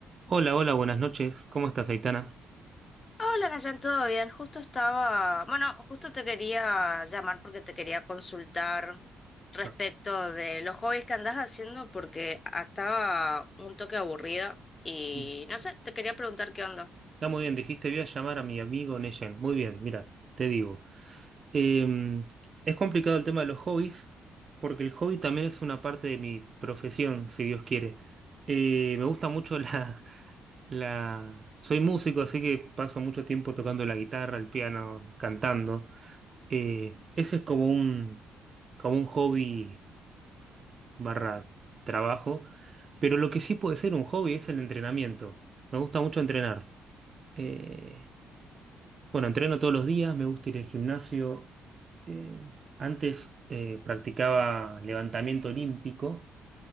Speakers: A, on the right; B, on the left.
A: Hola, hola, buenas noches. ¿Cómo estás, Aitana?
B: Hola, Nayan, ¿todo bien? Justo estaba, bueno, justo te quería llamar porque te quería consultar respecto
A: No.
B: de los hobbies que andás haciendo porque estaba un toque aburrida y
A: Mm.
B: no sé, te quería preguntar qué onda.
A: Está muy bien, dijiste, voy a llamar a mi amigo Neyen. Muy bien, mira, te digo. Em, es complicado el tema de los hobbies, porque el hobby también es una parte de mi profesión, si Dios quiere. Eh, me gusta mucho <laughs> la, la... Soy músico, así que paso mucho tiempo tocando la guitarra, el piano, cantando. Eh, ese es como un, como un hobby barra trabajo, pero lo que sí puede ser un hobby es el entrenamiento. Me gusta mucho entrenar. Eh, bueno, entreno todos los días, me gusta ir al gimnasio. Eh, antes eh, practicaba levantamiento olímpico